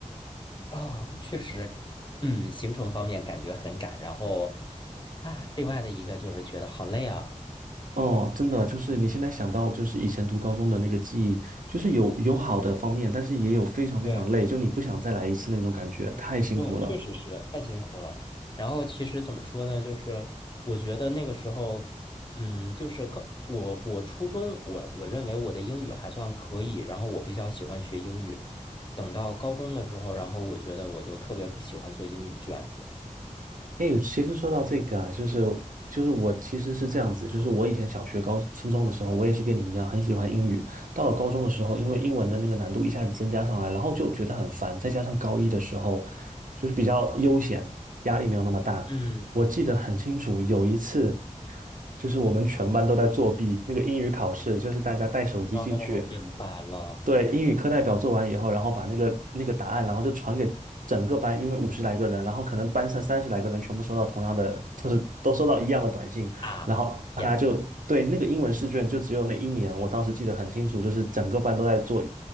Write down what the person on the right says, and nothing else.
哦，真的就是你现在想到就是以前读高中的那个记忆，就是有有好的方面，但是也有非常非常累，
就你不想再来一次那种感觉，太辛苦了。
哎，其实说到这个啊，就是就是我其实是这样子，就是我以前小学、高初中的时候，我也是跟你一样很喜欢英语。到了高中的时候，
因为英文的那个难度一下子增加上来，然后就觉得很烦。再加上高一的时候，就是比较悠闲，压力没有那么大。
我记得很清楚，有一次就是我们全班都在作弊，那个英语考试，就是大家带手机进去。
对，英语课代表做完以后，然后把那个那个答案，然后就传给整个班，因为五十来个人，然后可能班上三十来个人全部收到同样的，就是都收到一样的短信，
然后大家就对那个英文试卷，
就只有那一年，我当时记得很清楚，就是整个班都在做